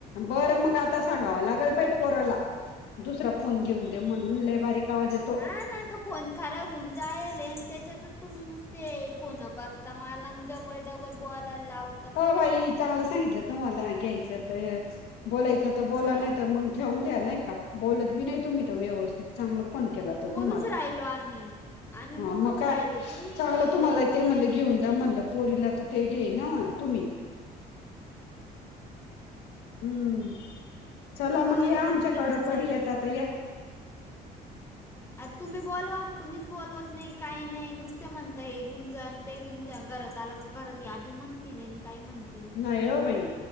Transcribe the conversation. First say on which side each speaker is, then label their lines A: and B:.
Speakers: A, on the left (about 80°); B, on the left (about 15°).
A: बरं मग आता सांगावं लागेल बाई पोरला दुसरा फोन घेऊन दे म्हणून लय बारीक आवाज येत
B: हा ना तो. फोन खराब होऊन जायेल आणि त्याच्यातच तुम्ही नुसते फोन करता मला ज डबल, डबल बोलायला लाव
A: अ बाई चांगलं सांगितलं तुम्हाला घ्यायच त. बोलायचं तर बोला
B: हा
A: नाही तर मग ठेवून द्या नाही का बोलत बी नाहीय तुम्ही त व्यवस्थित चांगलं फोन केला तर
B: बोलूच
A: तुम्हाला
B: राहिलो आम्ही. आम्ही
A: हा
B: बोलूच
A: मग काय.
B: राहिलो तुम्हीच
A: चांगलं
B: हे
A: तुम्हाला
B: करू
A: ते म्हणले
B: राहिले
A: घेऊन
B: मी
A: जा
B: काय
A: म्हणलं
B: करू.
A: पोरीला तर ते घेई ना तुम्ही हम्म चला
B: बरं
A: मग या
B: बघती
A: आमच्याकडं
B: घेऊन जाईल.
A: कधी येत आता या.
B: आ तुम्ही बोलवा तुम्हीच बोलवत नाही काही नाही नुसत म्हणताय हे घेेवुुनजा ते घेवुनजा घरात आला का घरात याभी म्हणती नाही काही म्हणती
A: नाही हो बाई